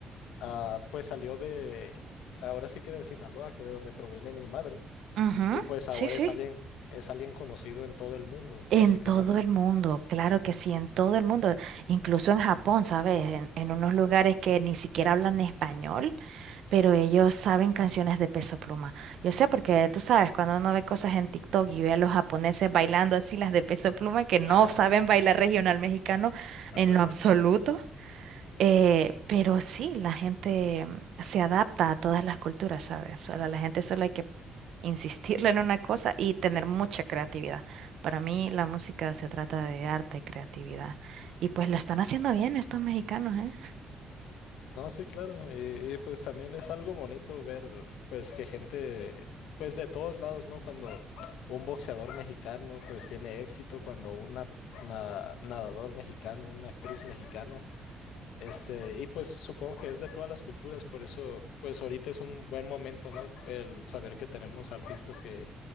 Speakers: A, on the left; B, on the right.
A: ah, pues salió de, ahora sí que de Sinaloa, que de donde proviene mi madre,
B: Ujú,
A: y pues ahora
B: Sí, sí.
A: es alguien, es alguien conocido en todo el mundo, básicamente.
B: En todo el mundo, claro
A: Ujú.
B: que sí, en todo el mundo, incluso en Japón, ¿sabes? En, en unos lugares que ni siquiera hablan español. pero ellos saben canciones de Peso Pluma. Yo sé porque tú sabes, cuando uno ve cosas en TikTok y ve a los japoneses bailando así las de Peso Pluma que no
A: <laughs>
B: saben bailar regional mexicano en
A: Sí.
B: lo absoluto, eh, pero sí, la gente mm, se adapta a todas las culturas, ¿sabes? Solo, a la gente solo hay que insistirle en una cosa y tener mucha creatividad. Para mí la música se trata de arte y creatividad. Y pues lo están haciendo bien estos mexicanos, ¿eh?
A: No, sí, claro, y, y, pues también es algo bonito ver, pues que gente, pues de todos lados, ¿no? Cuando un boxeador mexicano, pues tiene éxito, cuando una, na- nadador mexicano, una actriz mexicana Este, y pues supongo que es de todas las culturas, por eso pues ahorita es un buen momento, ¿no? El saber que tenemos artistas que,